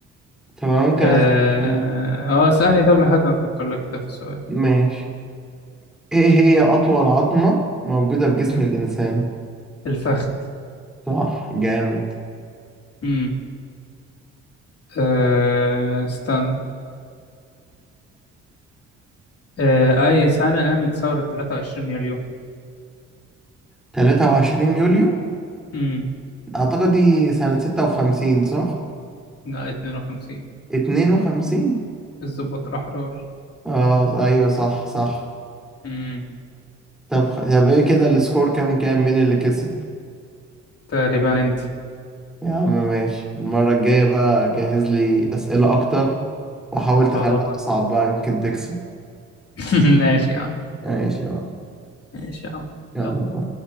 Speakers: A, in the centre; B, on the left.
A: طب أنا ممكن
B: اه
A: أسألك أنا
B: آه، ثانية طب لحد ما أفكر لك كده في سؤال
A: ماشي إيه هي أطول عظمة موجودة في جسم
B: مم.
A: الإنسان
B: الفخذ
A: صح جامد
B: مم. آه، استنى آه، أي سنة قامت ثورة 23 يوليو
A: 23 يوليو
B: مم.
A: أعتقد دي سنة 56 صح
B: لا 52
A: 52
B: الضباط الأحرار
A: اه ايوه صح صح
B: مم.
A: طب خ- طب ايه كده السكور كام كام مين اللي كسب
B: تقريبا أنت
A: يا عم ماشي المرة الجاية بقى جهز لي أسئلة أكتر وحاول
B: خلاص
A: تخليها أصعب بقى يمكن تكسب
B: <laughs> ماشي يا عم
A: ماشي يا معلم.
B: ماشي يا عم
A: يلا
B: يلا
A: باي